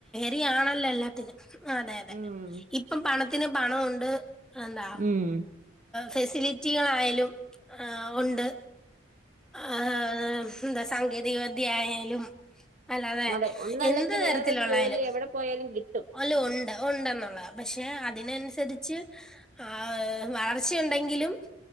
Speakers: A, in the centre; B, on the right.
A: ദിയാണല്ലോ എല്ലാത്തിനും അതെ അതെ
B: ഉം
A: ഇപ്പൊ പണത്തിന് പണമുണ്ട് എന്താ
B: ഉം
A: ഫെസിലിറ്റികളായാലും ആഹ് ഒണ്ട് ആഹ് ന്താ സാങ്കേ തിക വിദ്യ ആയാലും അല്ലാതെ
B: അതെ ഒന്നല്ലെങ്കിൽ
A: എന്ത് തരത്തിലുള്ളയാലും
B: വേറൊരു ജോലി എവിടെ പോയാലും കിട്ടും
A: അല്ല ഉണ്ട് ഉണ്ടെന്നുള്ളതാ പക്ഷെ അതിനനുസരിച്ച് ആഹ് വളർച്ചയുണ്ട് ണ്ടെങ്കിലും